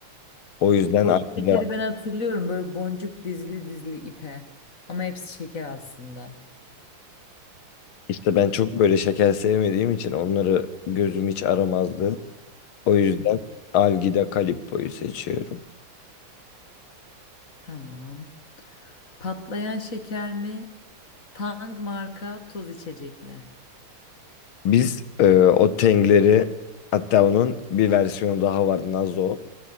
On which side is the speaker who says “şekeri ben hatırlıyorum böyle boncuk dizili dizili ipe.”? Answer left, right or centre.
Left